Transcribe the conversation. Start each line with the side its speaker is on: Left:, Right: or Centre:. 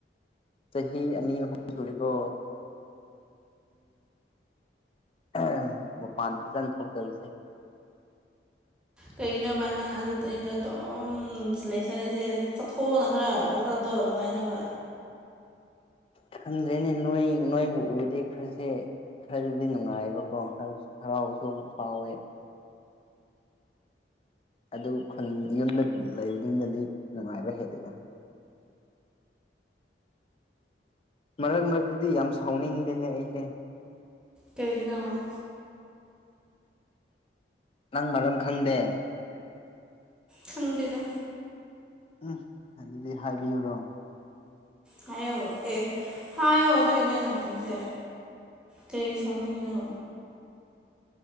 Left: ꯆꯍꯤ ꯑꯅꯤ ꯑꯍꯨꯝ ꯁꯨꯔꯤꯀꯣ ꯑꯩ ꯃꯄꯥꯟ ꯐꯖꯅ ꯊꯣꯛꯇꯔꯤꯁꯦ
Centre: ꯀꯩꯒꯤꯅꯣꯕꯅ ꯑꯗꯨꯗ ꯌꯨꯝꯗ ꯑꯗꯨꯝ ꯁꯤꯂꯩ ꯁꯥꯂꯁꯦ ꯆꯠꯊꯣꯛꯅ ꯈꯔ ꯏꯐꯜꯗꯣ ꯅꯨꯡꯉꯥꯏꯅꯕ
Left: ꯈꯪꯗ꯭ꯔꯦꯅꯦ ꯅꯣꯏ ꯅꯣꯏꯕꯨ ꯎꯕꯗꯤ ꯈꯔꯁꯦ ꯈꯔꯁꯤꯕꯨꯗꯤ ꯅꯨꯡꯉꯥꯏꯕꯀꯣ ꯈꯔ ꯍꯔꯥꯎꯕꯁꯨ ꯐꯥꯎꯋꯦ ꯑꯗꯨ ꯈꯨꯟ ꯌꯨꯝꯗ ꯑꯗꯨꯝ ꯂꯩꯕꯗꯨꯗꯗꯤ ꯅꯨꯡꯉꯥꯏꯕ ꯍꯦꯜꯂꯤꯦꯗ ꯃꯔꯛ ꯃꯔꯛꯇꯗꯤ ꯌꯥꯝ ꯁꯥꯎꯅꯤꯡꯗꯦꯅꯦ ꯑꯩꯁꯦ
Centre: ꯀꯩꯒꯤꯅꯔꯣ
Left: ꯅꯪ ꯃꯔꯝ ꯈꯪꯗꯦ
Centre: ꯈꯪꯗꯦꯗ
Left: ꯎꯝ ꯑꯗꯨꯗꯤ ꯍꯥꯏꯕꯤꯌꯨꯔꯣ
Centre: ꯍꯥꯏꯌꯣ ꯑꯦ ꯍꯥꯏꯌꯣ ꯑꯗꯨꯏ ꯅꯣꯏꯩꯅ ꯍꯪꯉꯤꯁꯦ ꯀ ꯁꯅꯤꯡꯉꯅꯣ